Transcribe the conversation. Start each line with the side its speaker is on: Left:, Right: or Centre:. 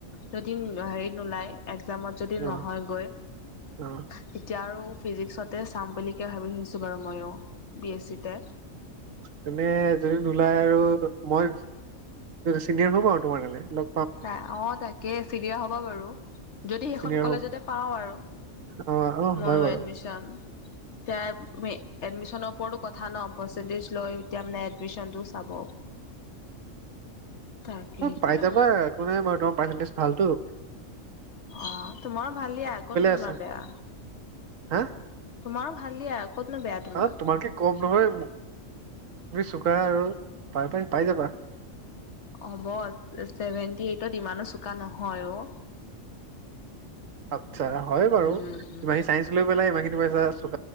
Left: যদি হেৰি নোলায়, এক্জামত যদি
Right: অ
Left: নহয়গৈ,
Right: অ
Left: তেতিয়া আৰু ফিজিক্সতে চাম বুলিকে ভাবি থৈছো বাৰু মইয়ো বি এছ চিতে।
Right: তুমি যদি নোলায় আৰু মই চিনিয়ৰ হম আৰু তোমাৰ কাৰণে, ন
Left: ত অ তাকে চিনিয়ৰ হ'বা বাৰু যদি সেইখন
Right: চিনিয়ৰ
Left: কলেজতে
Right: হ'ম
Left: পাও আৰু।
Right: অ অ
Left: ময়ো
Right: হয় বাৰু
Left: এডমিচন, এতিয়া এডমিশনৰ ওপৰতো কথা ন, পাৰ্চেন্টেজ লৈ মানে এতিয়া এডমিশনটো চাব। তাকে এতিয়া
Right: পাই যাবা একো নাই বাৰু তোমাৰ পাৰ্চেণ্টেজ ভালটো।
Left: অ' তোমাৰো ভাল দিয়া ক'ত নো
Right: আছা
Left: তোমাৰ বেয়া,
Right: হা
Left: তোমাৰো ভাল দিয়া। কতনো বেয়া- তোমাৰ
Right: অ' তোমাতকে কম নহয় মোৰ তুমি চুকা আৰু পাই পাই যাবা।
Left: হ'ব চেভেন্টি এইটত ইমানো চোকা নহয় অ।
Right: আচ্ছা হয় বাৰু,
Left: উম উম
Right: ইমানখিনি চাইন্ঞ্চ লৈ পেলাই ইমান খিনি পাইছা আৰু।